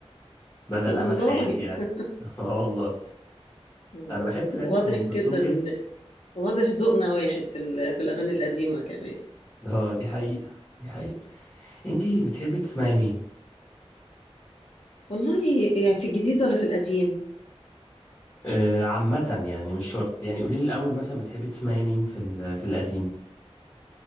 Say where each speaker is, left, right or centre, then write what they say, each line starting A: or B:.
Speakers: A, on the left; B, on the left.
A: بدل
B: <laughs> والله
A: امل حياتي يعني
B: <laughs>
A: <laughs> اه والله
B: آه،
A: انا بحب العلم
B: واضح
A: ام كلثوم
B: كده
A: جدا
B: ان واضح ذوقنا واحد في ال... في الاغاني القديمه كمان
A: اه دي حقيقة دي حقيقة انتي بتحبي تسمعي مين
B: والله يعني في الجديد ولا في القديم
A: آه عامة يعني مش شرط يعني قولي لي الأول مثلا بتحبي تسمعي مين في ال- في القديم